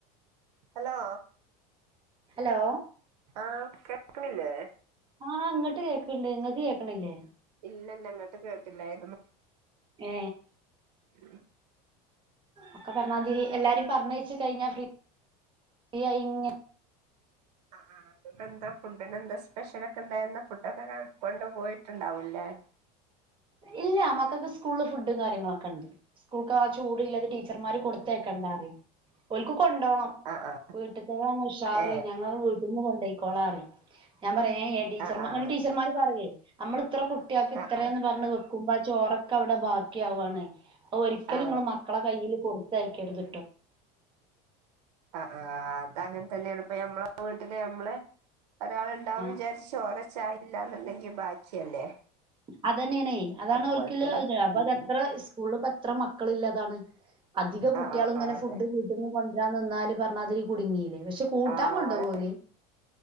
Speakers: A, on the right (about 90°); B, on the right (about 25°).
A: ഹലോ
B: ഹലോ
A: ആ ക്കെ ക്ക്ണില്ലേ
B: ആ ഇങ്ങട്ട് കേക്ക്ണ്ട് ഇങ്ങക്ക് കേക്ക്ണില്ലേ
A: ഇല്ലല്ല അങ്ങട്ട് കേട്ടില്ലായിരുന്നു
B: ഏ
A: <unintelligible>
B: ഒക്കെ പറഞ്ഞാതിരി എല്ലാരിം പർഞ്ഞയച്ച് കഴിഞ്ഞ ഫ്രീ യായി ഇ
A: ആ ഇങ്ങക്കെന്താ ഫുഡിനെന്താ സ്പെഷ്യലൊക്കെ ണ്ടായിരുന്ന ഫുഡ് ഒക്കെ കാണാ കൊണ്ട് പോയിട്ടുണ്ടാവൂല്ലേ
B: ഇല്ല മക്കക്ക് സ്കൂളിൽ ഫുഡും കാര്യങ്ങളൊക്കെ ണ്ട് സ്കൂൾകാ ചൂടുള്ളത് ടീച്ചർമാര് കൊടുത്തയക്കണ്ട റിം ഒൽക്ക് കൊണ്ടോണം
A: ആ ആ
B: വീട്ട്ക്ക് പോന്ന ഉഷാറ്
A: ഏ
B: ഞങ്ങൾ വീട്ടിന്ന് കൊണ്ടോയ് കൊളാ റിം ഞാൻ പറിം ഏ ഏ ടീച്ചർമ്മാര്
A: ആ ആ
B: ഇങ്ങോട്ട് ടീച്ചർമാർ പറ്‌യേ നമ്മൾ ഇത്ര കു ട്ട്യാക്ക് ഇത്രേന്ന്
A: ആ ആ
B: പറഞ്ഞ് വെ കുമ്പാ ചോറൊക്കൗടെ ബാക്കിയാവാണെ ഒരിക്കലും
A: ആ
B: ഇങ്ങൾ മക്കളെ കയ്യില് കൊട് ത്തയക്കരുത്
A: ആ ആ അങ്ങൻ തന്നെണ് ഇപ്പ നമ്മളെ വീട്ടില് അമ്മള് ഒരാള്ണ്ടാവുമ്പം
B: ആ
A: വിചാരിച്ചും ചോറൊ ച്ച ഇല്ല ന്നുണ്ടെങ്കി ബാക്കിയല്ലേ
B: അ തെന്നേണെ അതാണോൽക്ക്ള്ള
A: അതുപോലെ തന്നെ
B: <unintelligible> അപ്പതെത്ര
A: ഉം ഉം
B: സ്കൂൾല് പ്പത്ര മക്കള് ല്ലതാണ് അധിക
A: ആ
B: കുട്ട്യാള്ങ്ങനെ
A: ആ അതെ
B: ഫുഡ് വീട്ട്ന്ന് കൊൻര്രാ ഇന്നാല് പറഞ്ഞാതി കുടുങ്ങിലേ പക്ഷെ കൂട്ടാൻ
A: ആ
B: കൊണ്ടോവോല്.
A: ഓരോ